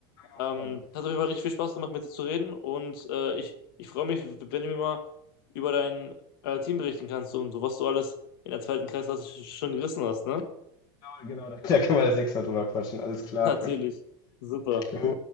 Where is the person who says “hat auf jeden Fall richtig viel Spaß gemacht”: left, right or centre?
Left